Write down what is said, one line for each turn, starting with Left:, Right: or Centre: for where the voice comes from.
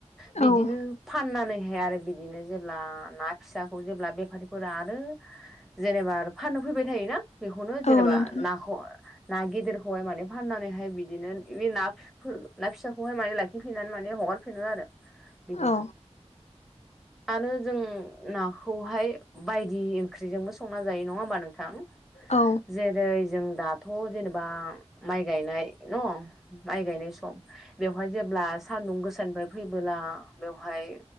Centre: बिदिनो
Left: औ
Centre: फाननानै ओमफाय आरो बिदिनो जेब्ला ना फिसाखौ जेब्ला बेफारिफोरा आरो जेनेबा आरो फानो फैबाय थायोना बेखौनो
Left: औ
Centre: जेनेबा
Left: नोंथां
Centre: ना ना गेदेर। खौहाय माने फाननानैहाय बिदिनो बे ना ना फिसाखौहाय माने लाखिफिननानै माने हगारफिनो आरो। बिदिनो।
Left: औ
Centre: आरो जों नाखौहाय बायदि ओंख्रिजोंबो संना जायो नङा होमबा नोंथां।
Left: औ
Centre: जेरै जों दाथ' जेनेबा माइ गायनाय न माइ गायनाय सम बेवहाय जेब्ला सानदुं गोसानिफ्राय फैबोला बेवहाय